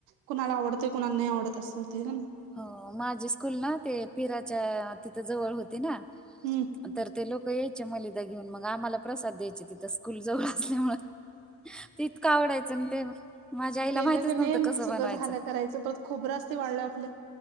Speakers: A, on the right; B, in the centre.
A: कुणाला आवडतंय कुणाला नाही आवडत असं होतय ना मग.
B: हो, माझी स्कूल ना ते पिराच्या तिथं जवळ होती ना.
A: हम्म.
B: तर ते लोकं यायचे मलिदा घेऊन, मग आम्हाला प्रसाद द्यायचे तिथं स कुल जवळ असल्यामुळं, ते इतकं आवडायचं आणि ते माझ्या आईला
A: केलं
B: माहितच
A: क
B: नव्हतं
A: नाही
B: कसं
A: मग सगळं
B: बनवायचं.
A: झालं करायचं परत खोबरं असतंय वाळलं आपलं,